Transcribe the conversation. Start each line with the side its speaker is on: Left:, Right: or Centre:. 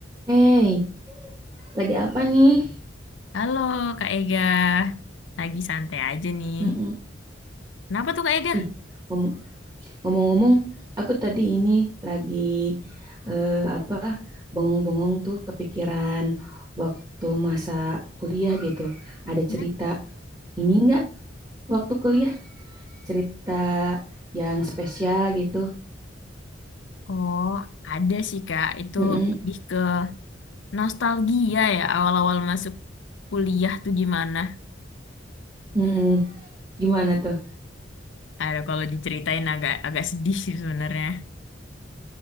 Right: Hey, lagi apa nih?
Left: Halo Kak Ega, lagi santai aja nih.
Right: Mm-mm.
Left: Kenapa tuh Kak Ega?
Right: Ih, ngom- ngomong-ngomong, aku tadi ini lagi eh, apa bengong-bengong tuh kepikiran waktu masa kuliah gitu. Ada
Left: Hmm?
Right: cerita ini enggak waktu kuliah? Cerita yang spesial gitu.
Left: Oh, ada sih Kak, itu
Right: Mm-mm.
Left: lebih ke nostalgia ya awal-awal masuk kuliah tuh gimana.
Right: Mm-mm. Gimana tuh?
Left: Aduh, kalau diceritain agak agak sedih sih sebenarnya.